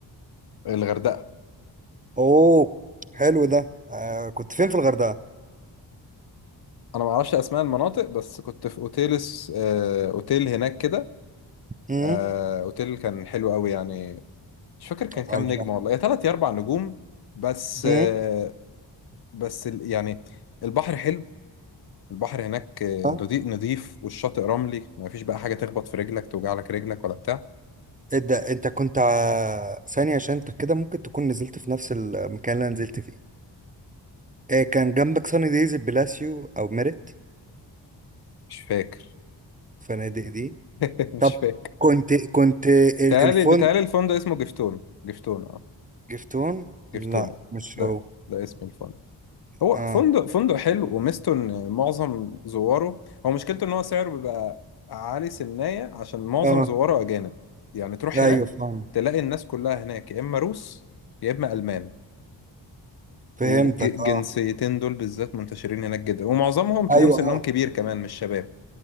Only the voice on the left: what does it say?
الغردقة
أنا ما اعرفش أسماء المناطق بس كنت في أوتيل اس- آه، أوتيل هناك كده
آه، أوتيل كان حلو قوي يعني مش فاكر كان كام
نجمة والله يا تلات يا أربع نجوم بس آه،
بس ال- يعني البحر حلو البحر هناك آه،
نضيف نضيف والشاطئ رملي ما فيش بقى حاجة تخبط في رجلك توجع لك رجلك ولا بتاع
مش فاكر
<laughs> مش
فاكر
بتهيألي
بتهيألي الفندق اسمه جفتون جفتون اه
جفتونة
ده
ده اسم الفندق هو
فندق فندق حلو وميزته ان معظم زواره هو مشكلته ان هو سعره بيبقى عالي سنية عشان معظم
زواره اجانب يعني تروح
هناك
تلاقي الناس كلها هناك يا اما روس يا اما المان
الجنسيتين
دول بالذات منتشرين هناك جدا ومعظمهم تلاقيهم
سنهم
كبير كمان مش شباب